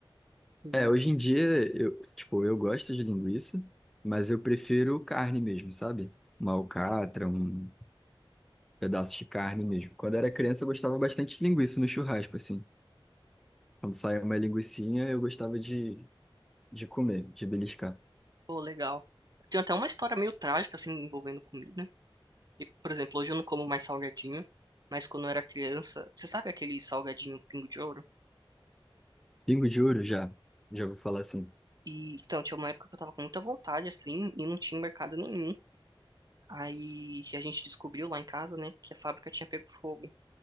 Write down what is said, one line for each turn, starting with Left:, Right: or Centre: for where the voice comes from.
Right: E,
Centre: É, hoje em dia, eu, tipo, eu gosto de linguiça, mas eu prefiro carne mesmo, sabe? Uma alcatra, um pedaço de carne mesmo. Quando eu era criança, eu gostava bastante de linguiça no churrasco, assim. Quando saía uma linguicinha, eu gostava de, de comer, de beliscar.
Right: pô, legal. Tem até uma história meio trágica, assim, envolvendo comida. E, por exemplo, hoje eu não como mais salgadinho. Mas quando eu era criança, você sabe aquele salgadinho Pingo de Ouro?
Centre: Pingo de ouro, já. Já vou falar assim.
Right: E, então, tinha uma época que eu tava com muita vontade, assim, e não tinha mercado nenhum. Aí a gente descobriu lá em casa, né, que a fábrica tinha pego fogo.